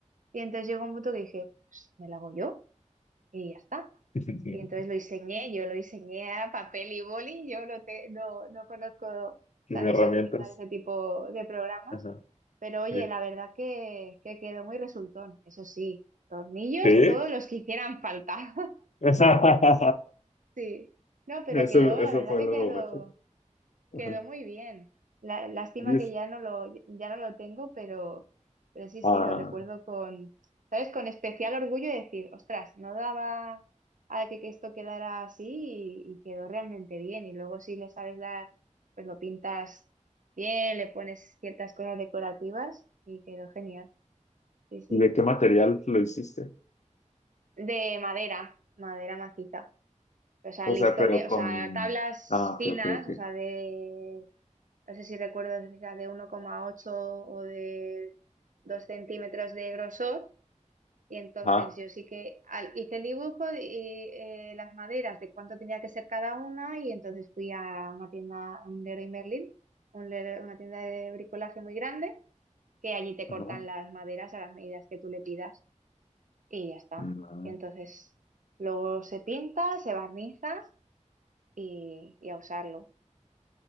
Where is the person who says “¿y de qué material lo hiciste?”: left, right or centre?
Left